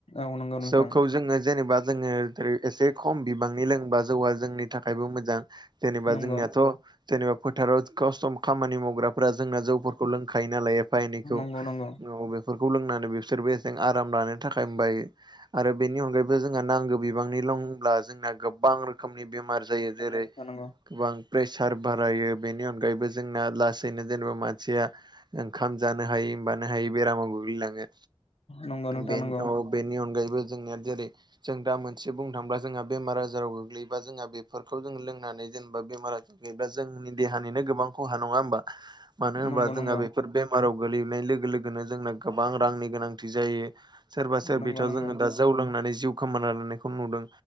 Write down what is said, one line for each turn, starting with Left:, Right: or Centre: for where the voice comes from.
Left: औ नंगौ नोंथां
Right: जौखौ जोङो जेनेबा जोङो ओरै एसे खम बिबां नि लोंबा जौवा जोंनि थाखायबो मोजां जेनेबा
Left: नंगौ
Right: जोंनिया त' जेनेबा फोथाराव खसथ' खामानि मावग्रा फोरा जोंना जौफोरखौ लोंखायो नालाय एफा एनैखौ
Left: नंगौ नंगौ
Right: औ बेफोरखौ लोंनानै बिसोरबो एसें आराम लानो थाखायबायो आरो बेनि अनगायै बो जोंहा नांगौ बिबांनिल लोंब्ला जोंना गोबां रोखोमनि बेमार जायो
Left: नंगौ
Right: जेरै
Left: नोंथां नंगौ
Right: गोबां प्रेसार बारायो बेनि अनगायैबो जोंना लास नै जेनेबा मानसिया ओंखाम जानो हायै बाननो हायै बेरामाव गोग्लैलाङो।
Left: नंगौ नोंथां
Right: बेनथ'
Left: नंगौ
Right: औ बेनि अनगायैबो जोंनिया जेरै जों दा मोनसे बुंनो थांब्ला जोंहा बेमार आजाराव गोग्लैयोबा जोंहा बेफोरखौ जों लोंनानै जेनेबा बेमार आजा एबा जोंनि देहानिनो गोबां खहा नङा ओमबा मानो होनबा
Left: नंगौ नंगौ
Right: जोंहा बेफोर बे बेमाराव गोलैनाय लोगो लोगोनो जोंना गोबां रांनि गोनांथि जायो सोरबा सोरबिथ'
Left: नंगौ नंगौ
Right: जोङो दा जौ लोंनानै जिउ खोमा लानायखौ नुदों